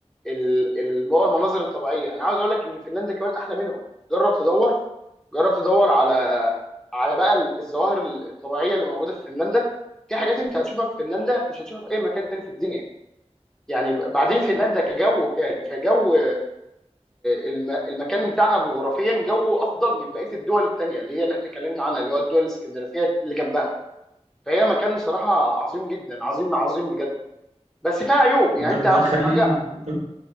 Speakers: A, in the centre; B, on the right.
A: ال- ال- هو المناظر الطبيعيه انا عاوز اقول لك ان فنلندا كمان احلى منهم جرب تدور جرب تدور على على بقى ال- الظواهر الطبيعيه اللي موجوده في فنلندا في حاجات انت هتشوفها في فنلندا مش هتشوفها في اي مكان تاني في الدنيا يعني بعدين فنلندا كجو ك- كجو الم- المكان بتاعها جغرافيا جوه افضل من بقيه الدول الثانيه اللي هي اللي احنا اتكلمنا عنها اللي هو الدول الاسكندنافيه اللي جنبها فهي مكان بصراحه عظيم جدا عظيم عظيم بجد بس فيها عيوب يعني
B: انت كنت
A: انت ابسط
B: هتخليني
A: حاجه
B: انت